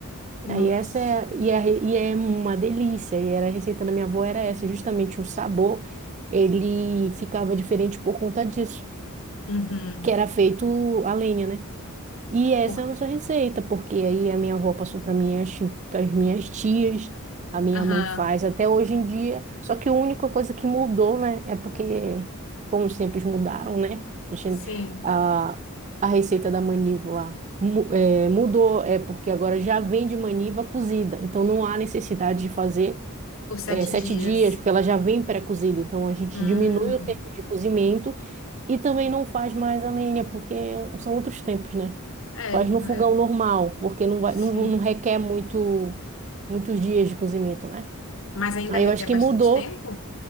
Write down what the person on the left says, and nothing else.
Nossa.
Uhum.
Por,
aham,
sim,
por sete
dias.
Hum,
é,
eu-
sim.
Mas ainda
requer
bastante tempo?